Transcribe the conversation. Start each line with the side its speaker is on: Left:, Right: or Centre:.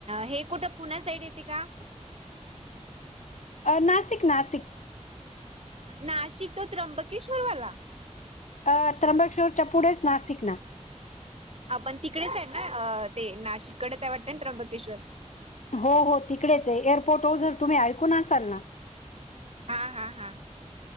Right: हे कुठं पुण्या साईड येतं का?
Left: अ... नासिक... नासिक
Right: नाशिक तो त्र्यंबकेश्वरवाला?
Left: अ... त्र्यंबकेश्वरच्या पुढेच नासिक ना
Right: हा... पण तिकडेच ए ना... ते नाशिककडे त्या वाटेनं त्र्यंबकेश्वर
Left: हो हो... तिकडेच ए... एअरपोर्ट ओझर... तुम्ही ऐकून असाल ना
Right: हा हा हा